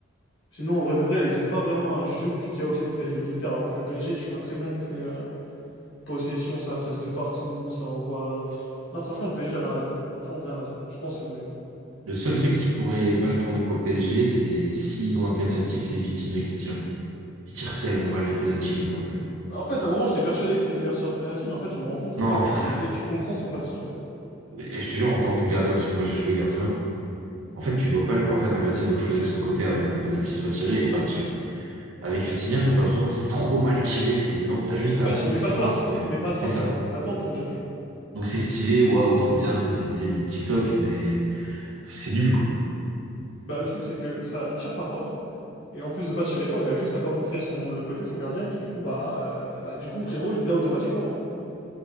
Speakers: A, on the left (about 60°); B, on the right (about 85°).
A: Sinon, en vrai de vrai, ils ont pas vraiment un jeu où tu dis, ah, ok, ça c'est le jeu de l'Inter, alors que le PSG, tu vois très bien que c'est euh, possession, ça presse de partout, ça envoie. euh. Non, franchement, le PSG, rien à dire, tu vois. Franchement, rien à dire. Je pense qu'ils vont gagner.
B: Le seul truc qui pourrait mal tourner pour le PSG, c'est s'ils ont un penalty, que c'est Vitinha qui tire. Il tire tellement mal les penalties, j'en peux plus.
A: En fait, à un moment, j'étais persuadé que c'était le meilleur tireur de penalty, mais en fait, je me rends compte qu'en
B: Non,
A: fait, c'est
B: frère.
A: dès que tu comprends, c'est facile, en fait.
B: Et je te jure, en tant que gardien, parce que moi j'ai joué gardien, en fait, tu dois pas, en fait, un gardien il doit choisir son côté avant que le penalty soit tiré et partir. Avec Vitinha, t'as pas besoin, c'est trop mal tiré, c'est lent, t'as juste
A: En
B: à
A: fait,
B: attendre
A: il met
B: qu'il
A: pas de
B: frappe
A: force.
B: pour y aller.
A: Il met pas de
B: C'est
A: force,
B: ça.
A: tu vois. Donc, t'as le temps de plonger, tu vois.
B: Donc c'est stylé, waouh, trop bien, ça fait des edits TikTok, mais c'est nul, quoi.
A: Bah, le truc, c'est que ça, il tire pas fort. Et en plus de pas tirer fort, il a juste à pas montrer son, le côté, son gardien. Et puis, du coup, bah, euh, bah du coup, frérot, il l'a automatiquement. hein.